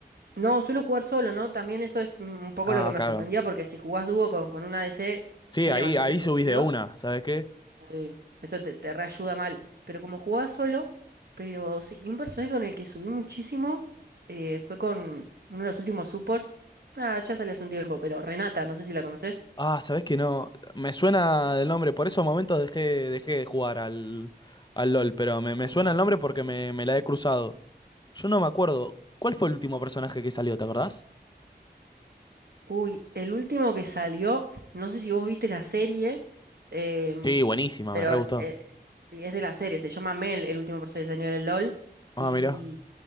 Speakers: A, on the right; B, on the left.
A: No, suelo jugar solo, ¿no? También eso es un un poco
B: Ah,
A: lo que me
B: claro.
A: sorprendía porque si jugás dúo con, con un ADC
B: Sí,
A: tiene
B: ahí,
A: bastante
B: ahí
A: sentido.
B: subís de una, sabes qué?
A: eh, eso te, te reayuda mal. Pero como jugaba solo, pero sí, y un personaje con el que subí muchísimo eh, fue con uno de los últimos supports. Ah, ya sale hace un tiempo, pero Renata, no sé si la conoces.
B: Ah, ¿sabés que no? Me suena el nombre, por esos momentos dejé, dejé de jugar al, al LOL, pero me, me suena el nombre porque me, me la he cruzado. Yo no me acuerdo. ¿Cuál fue el último personaje que salió, te acordás?
A: Uy, el último que salió, no sé si vos viste la serie, em,
B: Sí, buenísima,
A: pero
B: me re gustó.
A: eh, sí, es de la serie, se llama Mel, el último proceso de señor del LOL,
B: Ah,
A: y,
B: mira.